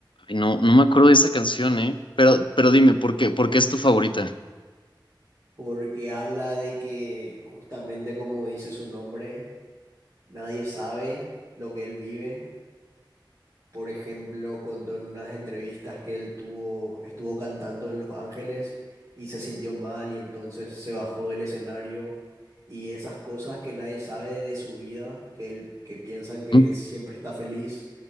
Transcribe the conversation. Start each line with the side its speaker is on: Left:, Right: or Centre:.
Left: Ay, no, no me acuerdo de esa canción, ¿eh? Pero, pero dime, ¿por qué, por qué es tu favorita?
Right: porque habla de que justamente como dice su nombre, nadie sabe lo que él vive Por ejemplo, contó en unas entrevistas que él tuvo, estuvo cantando en Los Ángeles y se sintió mal y entonces se bajó del escenario y esas cosas que nadie sabe de su vida, que él, que piensan que
Left: Mm.
Right: él siempre está feliz,